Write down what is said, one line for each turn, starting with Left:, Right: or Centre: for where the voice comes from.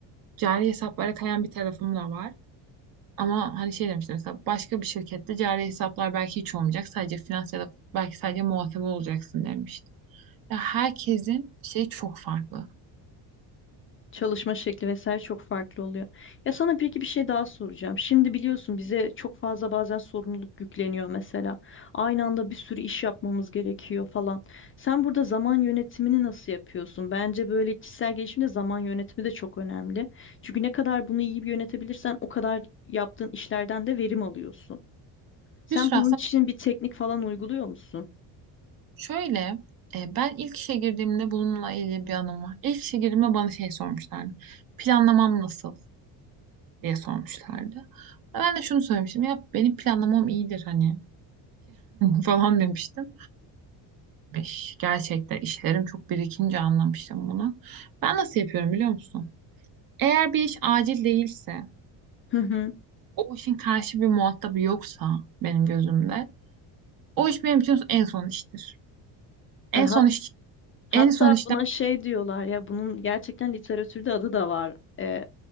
Right: cari hesaplara kayan bir tarafım da var. Ama hani şey demiştim mesela başka bir şirkette cari hesaplar belki hiç olmayacak. Sadece finans ya da belki sadece muhasebe olacaksın demiştim. Ya herkesin şey çok farklı.
Left: Çalışma şekli vesaire çok farklı oluyor. Ya sana peki bir şey daha soracağım. Şimdi biliyorsun bize çok fazla bazen sorumluluk yükleniyor mesela. Aynı anda bir sürü iş yapmamız gerekiyor falan. Sen burada zaman yönetimini nasıl yapıyorsun? Bence böyle kişisel gelişimde zaman yönetimi de çok önemli. Çünkü ne kadar bunu iyi bir yönetebilirsen o kadar yaptığın işlerden de verim alıyorsun. Sen
Right: Yusra
Left: bunun
Right: sen
Left: için bir teknik falan uyguluyor musun?
Right: şöyle e, ben ilk işe girdiğimde bununla ilgili bir anım var. İlk işe girdiğimde bana şey sormuşlardı. Planlamam nasıl? diye sormuşlardı. Ben de şunu söylemiştim ya benim planlamam iyidir hani <laughs> falan demiştim. Beş, gerçekten işlerim çok birikince anlamıştım bunu. Ben nasıl yapıyorum biliyor musun? Eğer bir iş acil değilse,
Left: Hı hı. <laughs>
Right: o işin karşı bir muhatabı yoksa benim gözümde, o iş benim için en son iştir. En
Left: E, hat-
Right: son iş,
Left: hatta
Right: en son işten
Left: buna şey diyorlar ya bunun gerçekten literatürde adı da var. E,